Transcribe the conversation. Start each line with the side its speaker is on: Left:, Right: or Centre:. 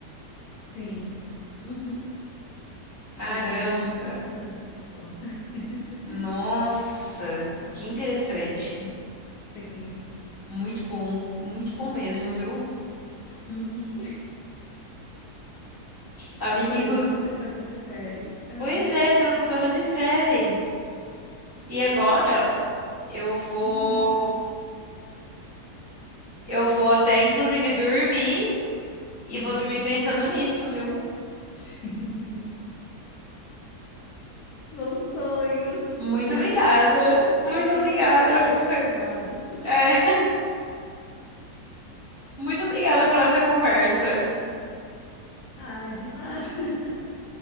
Left: Sim. Uhum.
Right: Caramba,
Left: E eu também nunca tinha pensado dessa forma. <laughs>
Right: nossa, que interessante.
Left: Sim.
Right: Muito bom, muito bom mesmo, viu?
Left: Uhum.
Right: Amiga,
Left: Que coisa,
Right: inclusive.
Left: tudo por causa de série. Ah.
Right: Pois é, tudo por causa de série. E agora eu vou.
Left: Uhum.
Right: Eu vou até, inclusive, dormir e
Left: Uhum.
Right: vou dormir pensando nisso, viu?
Left: <laughs> Sim. Bons sonhos,
Right: Muito
Left: os sonhos,
Right: obrigada. Muito
Left: sonhos
Right: obrigada.
Left: per-
Right: Foi-
Left: perturbados.
Right: é, muito obrigada pela essa conversa.
Left: Ah, de nada. <laughs>